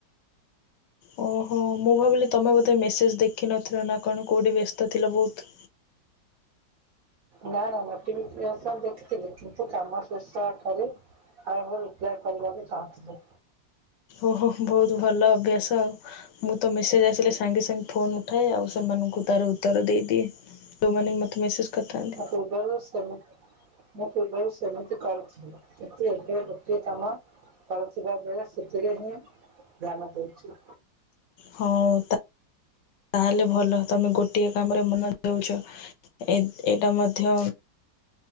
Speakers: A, on the left; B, on the right.
A: ଓହୋ ମୁଁ ଭାବିଲି ତମେ ବୋଧେ ମେସେଞ୍ଜ ଦେଖିନଥିଲ ନାକଣ କେଉଠି ବ୍ୟସ୍ତ ଥିଲା ବହୁତ୍।
B: ନା ନା ନା ତିନି ପ୍ଲସ୍ ଦେଖିଥିଲେ କିନ୍ତୁ କାମ ଶେଷଠାରେ ଆଉ ମୁଁ ରିପ୍ଲାଏ କରିବାକୁ ଚାହୁଁଥିଲୁ।
A: ଓହୋ ବହୁତ୍ ଭଲ ଅଭ୍ୟାସ। ମୁତ ମେସେଞ୍ଜ ଆସିଲେ ସାଙ୍ଗେ ସାଙ୍ଗେ ଫୋନ୍ ଉଠାଏ ଆଉ ସେମାନଙ୍କୁ ତାର ଉତ୍ତର ଦେଇଦିଏ। ଯୋଉ ମାନେହି ମତେ ମେସେଞ୍ଜ କରିଥାନ୍ତି।
B: <unintelligible> ମୁଁ ପୂର୍ବେରୁ ସେମିତି କରୁଥିଲି କିନ୍ତୁ ଏବେ ଗୋଟିଏ କାମ କରଥିବା ବେଳେ ସେଥିରେହି ଧ୍ୟାନ ଦଉଚି।
A: ହୋଉ ତା ତାହେଲେ ଭଲ ତମେ ଗୋଟିଏ କାମରେ ମନ ଦେଉଛ। ଏ ଏଇଟା ମଧ୍ୟ